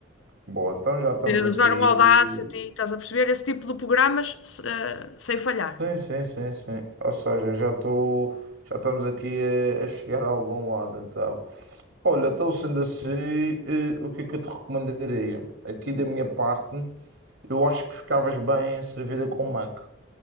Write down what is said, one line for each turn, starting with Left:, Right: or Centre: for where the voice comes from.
Right: Boa, então já estamos
Left: Eh,
Right: aqui.
Left: Usar um Audacity, estás a perceber? Esse tipo de programas se- eh, sem falhar.
Right: Sim, sim, sim, sim. Ou seja, já estou. Já estamos aqui a, a chegar a algum lado, então. Olha, então sendo assim, eh, o que é que eu te recomendaria? Aqui da minha parte. Eu acho que ficavas bem servida com Mac,